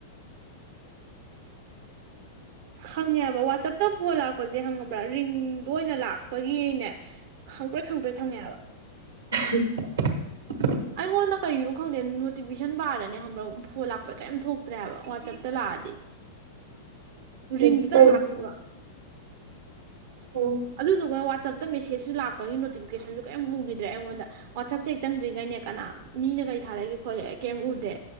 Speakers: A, on the right (about 60°); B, on the right (about 85°).
A: ꯈꯪꯉꯦꯕ ꯋꯥꯆꯞꯇ ꯐꯣꯟ ꯂꯥꯛꯄꯁꯦ ꯈꯪꯉꯕ꯭ꯔꯥ ꯔꯤꯡꯗꯣ ꯑꯣꯏꯅ ꯂꯥꯛꯄꯒꯤꯅꯦ ꯈꯪꯄ꯭ꯔꯦꯛ ꯈꯪꯄ꯭ꯔꯦꯛ ꯈꯪꯉꯦꯕ
B: <inaudible>
A: ꯐꯣꯟꯗ ꯀꯩꯒꯤꯅꯣ ꯈꯪꯗꯦ ꯅꯣꯤꯐꯤꯀꯦꯁꯟ ꯕꯥꯔꯗꯅꯦ ꯈꯪꯕ꯭ꯔ ꯐꯣꯟ ꯂꯥꯛꯄꯗ ꯀꯔꯤꯝ ꯊꯣꯛꯇ꯭ꯔꯦ ꯍꯥꯏꯕ ꯋꯥꯆꯦꯞꯇ ꯂꯥꯛꯑꯗꯤ
B: ꯎꯝ,
A: ꯔꯤꯡꯗꯨꯗꯪ
B: ꯀꯩꯅꯣ
A: ꯂꯥꯛꯇꯣꯏꯕ
B: ꯎꯝ
A: ꯑꯗꯨꯗꯨꯒ ꯋꯥꯆꯞ ꯃꯦꯁꯦꯖꯁꯨ ꯂꯥꯛꯄꯒꯤ ꯅꯣꯇꯤꯐꯤꯀꯦꯁꯟꯁꯨ ꯀꯔꯤꯝ ꯎꯈꯤꯗ꯭ꯔꯦ ꯑꯩꯉꯣꯟꯗ ꯋꯥꯆꯞꯁꯦ ꯍꯦꯛ ꯆꯪꯗ꯭ꯔꯤꯒꯩꯅꯦ ꯀꯅꯥ ꯃꯤꯅ ꯀꯩ ꯊꯥꯔꯛꯢꯒꯦ ꯈꯣꯠꯂꯤꯒꯦ ꯑꯩ ꯀꯩꯝ ꯎꯗꯦ